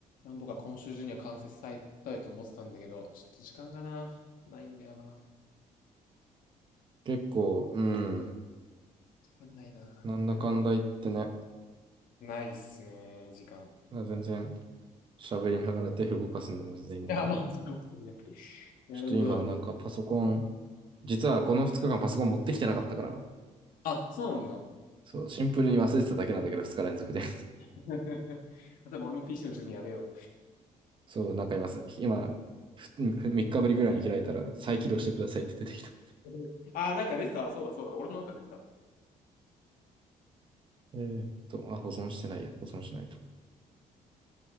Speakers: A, on the left; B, on the right.
A: なんとか今週中には完成されたいと思ってたんだけど、ちょっと時間がな、ないんだよな。
B: 結構、うん、
A: 時間ないな。
B: なんだかんだ言ってね、
A: やることないっすね、時間。い
B: 全然喋りながら手動かすんでも全然いいんだけど、
A: や、まあ、それも、ね、やることはで。
B: ちょっと今なんかパソコン、実はこの2日間パソコン持ってきてなかったから、
A: あ、そうなんだ。
B: そう、シンプルに忘れてただけなんだけど、2日連続で。
A: <laughs> でも俺も PC の時にやべえわ。
B: そう、なんか今す、今、3 <laughs> 日ぶりぐらいに開いたら、再起動してくださいって出てきた。
A: <laughs> ああ、なんか出てた。そうだそうだ。俺もなんか出てた。
B: えー、と、あ、保存してないや。保存しないと。